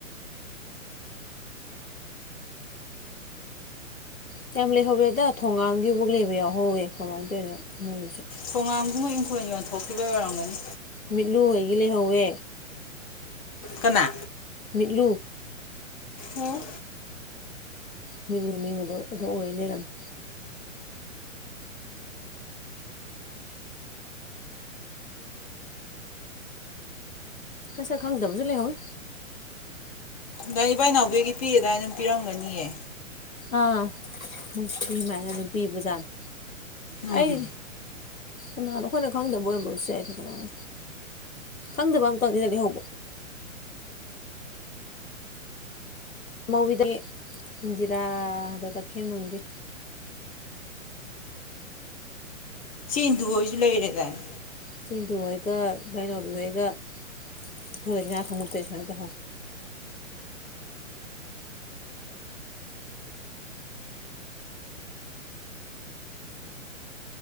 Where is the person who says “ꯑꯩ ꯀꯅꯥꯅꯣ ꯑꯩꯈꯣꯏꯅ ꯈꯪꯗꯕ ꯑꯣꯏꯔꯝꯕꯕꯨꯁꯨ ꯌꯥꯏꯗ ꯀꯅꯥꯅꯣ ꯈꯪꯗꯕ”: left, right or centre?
Left